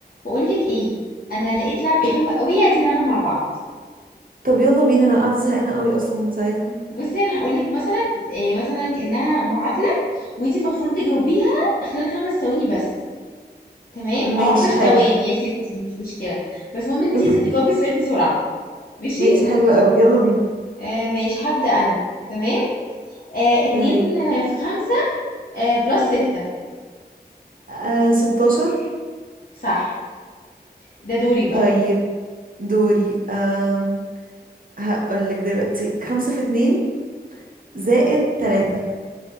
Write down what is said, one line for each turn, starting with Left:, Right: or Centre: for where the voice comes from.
Left: بقولك ايه انا لقيت لعبه حلوه
Right: إيه،
Left: قوي عايزين نلعبها مع بعض
Right: طب يلا بينا انا قاعده زهقانه قوي اصلا من ساعتها
Left: بصي انا هقولك مثلا إيه مثلا كانها معادله وانتي المفروض تجاوبيها خلال خمس ثواني بس تمام او
Right: ماشي
Left: عشر ثواني
Right: حلو
Left: يا ستي مش مشكله بس المهم ان انتي
Right: <laughs>
Left: لازم تجاوبي السؤال بسرعه ماشي
Right: ماشي حلو قوي يلا بينا
Left: آه ماشي هبدا انا تمام آه اتنين
Right: تمام
Left: آه، في خمسة آه بلس ستة
Right: آه 16
Left: صح ده دوري بقى
Right: طيب دوري أم هقول لك دلوقتي خمسة في اتنين زائد تلاتة